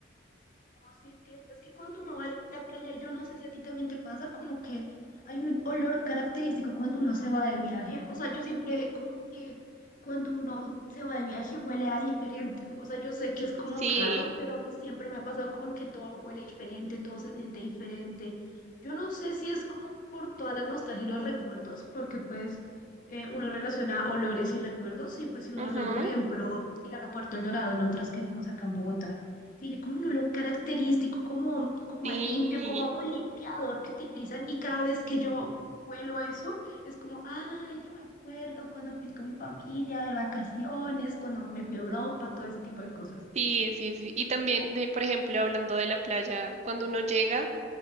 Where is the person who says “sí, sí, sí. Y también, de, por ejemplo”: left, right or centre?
Right